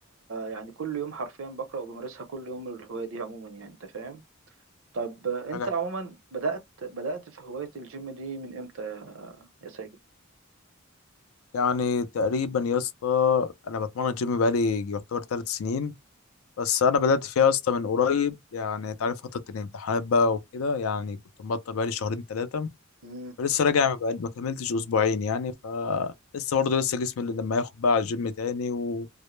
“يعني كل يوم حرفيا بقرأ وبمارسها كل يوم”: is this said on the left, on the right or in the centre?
Right